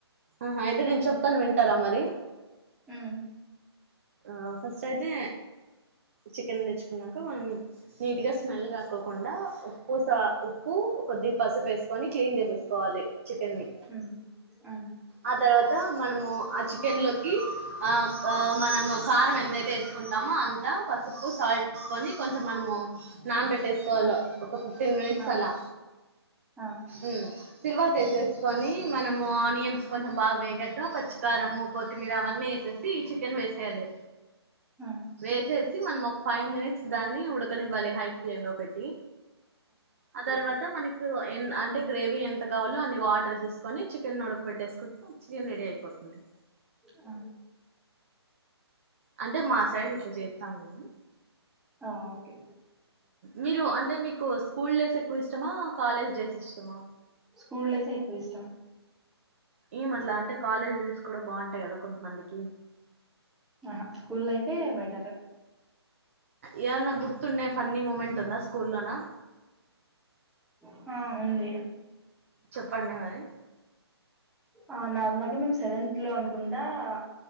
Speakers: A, on the right; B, in the centre.
A: ఆహా అయితే నేను చెప్తాను వింటారా మరి
B: ఉమ్
A: ఆ ఫస్ట్ అయితే చికెన్ తెచ్చుకున్నాక మనం నీట్గా స్మెల్ రాక్కకుండా <inaudible> ఉప్పు కొద్దిగా పసుపు వేసుకొని క్లీన్ చేసేసుకోవాలి చికెన్ ని
B: ఉహు. ఆ
A: ఆ తర్వాత మనము ఆ చికెన్ లోకి ఆ మనము కారం ఎంతైతే వేసుకుంటామో అంత పసుపు సాల్ట్ తీసుకొని కొంచెం మనము నాన్ పెట్టేసుకోవాలో
B: ఆ
A: ఒక ఫిఫ్టీన్ మినిట్స్
B: ఆ
A: అలా
B: ఆ
A: ఉ తిరువాత వేసుకో కొని మనము ఆనియన్స్ కొంచెం బాగా వేగాక పచ్చికారము కొత్తిమీర అవన్నీ వేసేసి చికెన్ వే సాలీ
B: ఆ
A: వేసే మనం ఒక ఫైవ్ మినిట్స్ దాన్ని ఉడకనివ్వాలి హై ఫ్లేమ్లో పెట్టి ఆ తర్వాత మనకు ఎన్ అంటే గ్రేవీ ఎంత కావాలో అన్ని వాటర్ ఏసేస్కొని చికెన్ ఉడక పెట్టేస్కుం చికెన్ రెడీ అయిపోతుంది.
B: అ
A: అంటే మా సైడ్ ఇట్ల చేస్తాం మేము
B: ఆ ఓకే
A: మీరు అంటే మీకు స్కూల్ డేస్ ఎక్కు ఇష్టమా కాలేజ్ డేస్ ఇష్టమా
B: స్కూల్ డేసే ఎక్కు ఇష్టం.
A: ఏం అట్ల అంటే కాలేజ్ డేస్ కూడా బాగుంటాయి కదా కొంతమందికి
B: ఆహా స్కూల్ లైఫే బెటర్
A: ఏమన్న గుర్తున్నయి ఫన్నీ మూమెంట్ ఉందా స్కూల్లోనా
B: హా ఉంది.
A: చెప్పండి మరి
B: ఆ నార్మల్గా మేం సెవెన్త్లో అన్కుంటా ఆ